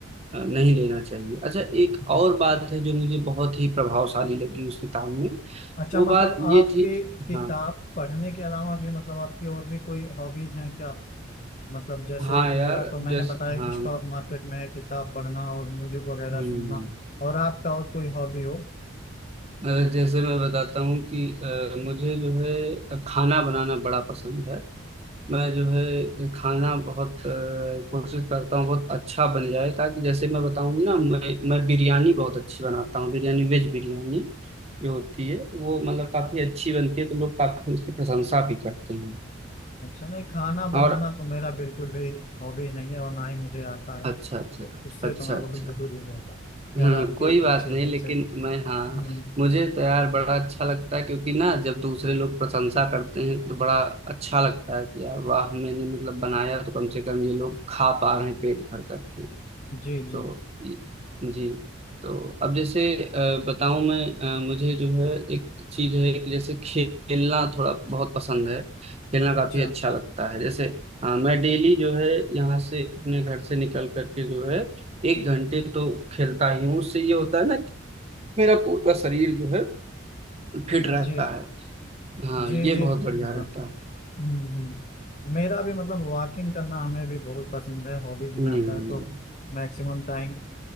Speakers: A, on the right (about 30°); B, on the left (about 35°).
A: अ, नहीं लेना चाहिए अच्छा एक
B: हम्म।
A: और बात है जो मुझे बहुत ही प्रभावशाली लगी उस किताब में
B: अच्छा
A: वो
B: मतलब
A: बात
B: आपके
A: ये थी
B: किताब
A: हाँ
B: पढ़ने के अलावा भी मतलब आपकी और भी कोई हॉबीज हैं क्या मतलब जैसे
A: हाँ यार
B: मेरा तो मैंने
A: जैसे
B: बताया
A: हाँ
B: स्टॉक मार्केट में है किताब पढ़ना और म्यूजिक वगैरह
A: हम्म
B: सुनना और आपका और कोई हॉबी हो
A: अ, जैसे मैं बताता हूँ कि अ, मुझे जो है खाना बनाना बड़ा पसंद है मैं जो है खाना बहुत अ, कोशिश करता हूँ बहुत अच्छा बन जाए ताकि जैसे मैं बताऊँ ना मैं मैं बिरयानी बहुत अच्छी बनाता हूँ बिरयानी वेज बिरयानी जो होती है वो मतलब काफी अच्छी बनती है तो लोग काफी उसकी प्रशंसा भी करते हैं
B: अच्छा नहीं खाना बनाना
A: और
B: तो मेरा बिल्कुल भी हॉबी नहीं है और ना ही मुझे आता है
A: अच्छा अच्छा
B: तो
A: अच्छा
B: उससे
A: अच्छा
B: तो मैं
A: अच्छा।
B: बहुत दूर ही रहता हूँ खैर
A: हाँ
B: आपकी
A: कोई बात
B: अच्छे
A: नहीं
B: हैं
A: लेकिन
B: अच्छे
A: मैं
B: हम्म,
A: हाँ मुझे तो यार बड़ा अच्छा लगता है क्योंकि ना जब दूसरे लोग प्रशंसा करते हैं तो बड़ा अच्छा लगता है कि यार वाह मैंने मतलब बनाया तो कम से कम ये लोग खा पा रहे हैं पेट भर करके
B: जी
A: तो
B: जी
A: ये- जी तो अब जैसे अ, बताऊं मैं अ, मुझे जो है एक चीज है कि जैसे खेलना थोड़ा बहुत पसंद है खेलना काफी
B: अच्छा
A: अच्छा लगता है जैसे अ, मैं डेली जो है यहाँ से अपने घर से निकल करके जो है एक घंटे तो खेलता ही हूँ उससे ये होता है ना कि मेरा पूरा शरीर जो है फिट रहता
B: जी
A: है हाँ
B: जी
A: ये
B: जी
A: बहुत बढ़िया
B: मतलब
A: रहता है
B: हम्म, हम्म। मेरा भी मतलब वॉकिंग करना हमें भी बहुत पसंद है हॉबीज में
A: हम्म
B: आता है तो मैक्सिमम टाइम